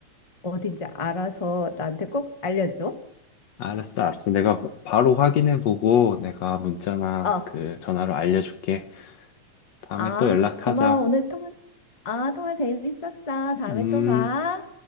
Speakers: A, on the left (about 15°); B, on the left (about 65°).
A: 어딘지 알아서 나한테 꼭 알려줘.
B: 알았어, 알았어. 내가 바로 확인해 보고 내가 문자나
A: 어,
B: 그 전화로 알려줄게. 다음에
A: 아,
B: 또 연락하자.
A: 고마워. 오늘 통화, 아, 통화 재밌었어. 다음에
B: 음.
A: 또 봐.